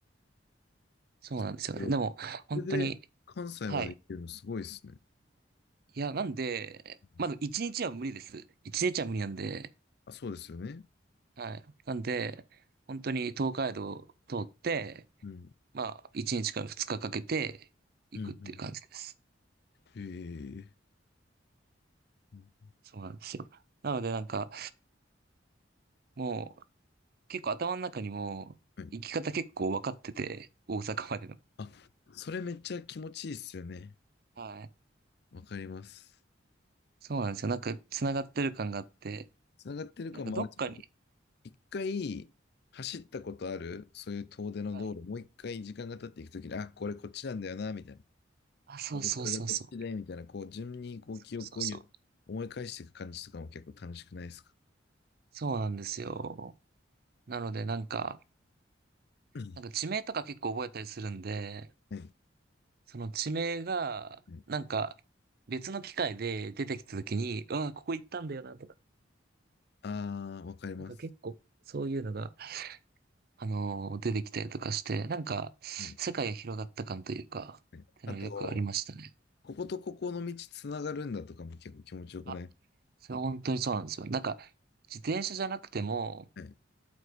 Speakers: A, on the right; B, on the left.
A: そうなんですよね。
B: けど
A: でも、本当に、
B: それで関西まで行けるのすごいですね。
A: はい。いや、なんで、
B: うん
A: まだ一日は無理です。一日は無理なんで、
B: あ、そうですよね。
A: はい。なんで、本当に東海道を通って、
B: うん。
A: まあ、一日から二日かけて行くっていう感じです。
B: うんうんうんへえ。うん
A: そうなんですよ。なので、なんか、もう、結構頭の中にも、
B: はい。
A: 行き方結構分かってて、大阪までの。
B: あ、それめっちゃ気持ちいいっすよね。
A: はい。
B: わかります。
A: そうなんですよ。なんか、繋がってる感があって、
B: つながってる感もあるし、
A: なんかどっかに、
B: こう一回走ったことある、そういう遠出の道路、
A: はい。
B: もう一回時間が経っていくときに、あ、これこっちなんだよな、みたいな。
A: あ、そうそうそうそう。
B: あれ、これがこっちで、みたいな、こう、順にこう記憶をよ思い返していく感じとかも結構楽しくないですか。
A: そうそうそう。そうなんですよ。なので、なんか、
B: うん
A: なんか地名とか結構覚えたりするんで、
B: はい
A: その地名が、
B: はい
A: なんか、別の機会で出てきた時に、うわ、ここ行ったんだよな、とか、
B: ああ、わかります。
A: なんか結構、そういうのが、あのー出てきたりとかして、なんか、世界が広がった感というか、
B: はい
A: ってのがよくありましたね。
B: はいあと、こことここの道つながるんだとかも結構気持ちよくない
A: あ、それは本当にそうなんですよ。なんか、自転車じゃなくても、
B: はい。